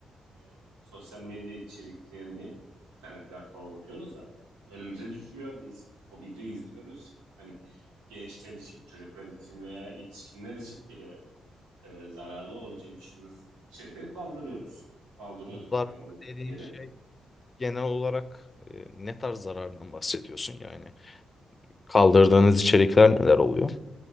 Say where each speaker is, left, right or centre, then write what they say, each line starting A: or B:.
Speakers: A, on the right; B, on the left.
A: Hani sosyal medya içeriklerini ya bir tane platforma bakıyoruz da önümüze düşüyor. Biz o videoyu izliyoruz. Hani gençler için, çocuklar için veya yetişkinler için bile e, zararlı olacağını düşündüğümüz içerikleri kaldırıyoruz. Kaldırıyorduk
B: Bu zarar
A: yani o
B: dediğin
A: şeyde.
B: şey genel olarak e, ne tarz zarardan bahsediyorsun yani? Kaldırdığınız içerikler neler oluyor?